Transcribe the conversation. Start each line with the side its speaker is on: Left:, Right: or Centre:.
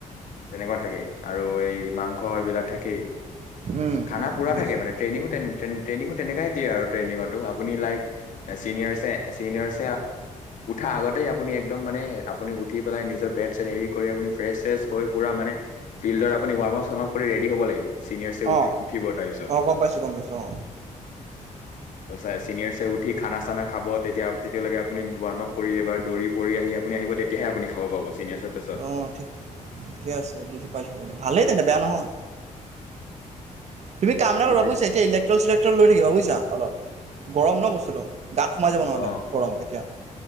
Left: তেনেকুৱা থাকে, আৰু এই মাংস এইবিলাক থাকেই।
Right: উম
Left: খানা
Right: উম
Left: পুৰা
Right: বুজিছোঁ
Left: থাকে মানে, ট্ৰেইনিঙো তেন ট্ৰেইংঙো তেনেকাই দিয়ে আৰু ট্ৰেইনিঙতো আপুনি লাইক চিনিয়ৰচে চিনিয়ৰচে উঠা আগতেই আপুনি একদম মানে, আপুনি উঠি পেলাই নিজৰ বেগ চেগ হেৰি কৰি আপুনি ফ্ৰেচ চেৰেচ হৈ পুৰা মানে ফিল্ডৰ আপুনি ৱাৰ্ম আপ চোৱাম আপ কৰি ৰেডি হ'ব লাগিব। ছিনিয়ৰছে উঠ
Right: অঁ
Left: উঠিব তাৰপিছত।
Right: অঁ গম পাইছোঁ গম পাইছোঁ অঁ
Left: সচায় চিনিয়ৰছে উঠি খানা চানা খাব তেতিয়া তেতিয়ালৈকে আপনি ৱাৰ্ম আপ কৰি এইবাৰ দৌৰি পৰি আহি আপুনি আহিব তেতিয়াহে আপুনি খাব পাব, চিনিয়াৰচৰ পিছত।
Right: অঁ ঠিক ঠিকে আছে, বুজি পাইছোঁ, ভালেই তেন্তে বেয়া নহয়। তুমি কাম এটা কৰিবা
Left: গোটেই
Right: বুজিছা এতিয়া ইলেকট্ৰল চিলেকট্ৰল লৈ থাকিবা বুজিছা? অলপ। গৰম ন' বস্তুটো। গাত সোমাই যাব নহ'লে
Left: অ
Right: গৰম এতিয়া